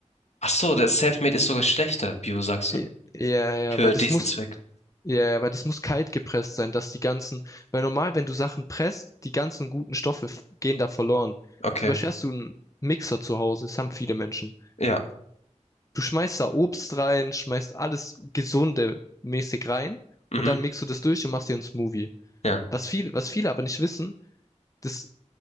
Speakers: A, on the left (about 60°); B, on the left (about 25°).
A: Ach so, das Selfmade ist sogar schlechter, Bio, sagst du?
B: I- Ja, ja,
A: Für
B: weil das
A: diesen
B: muss
A: Zweck.
B: Ja, weil das muss kalt gepresst sein, dass die ganzen, weil normal, wenn du Sachen presst, die ganzen guten Stoffe f- gehen da verloren.
A: Okay,
B: Zum Beispiel hast du einen Mixer zu Hause, das haben viele Menschen.
A: ja,
B: Du schmeißt da Obst rein, schmeißt alles gesunde mäßig rein
A: mhm,
B: und dann mixt du das durch und machst dir einen Smoothie.
A: ja,
B: Was viele, was viele aber nicht wissen, dass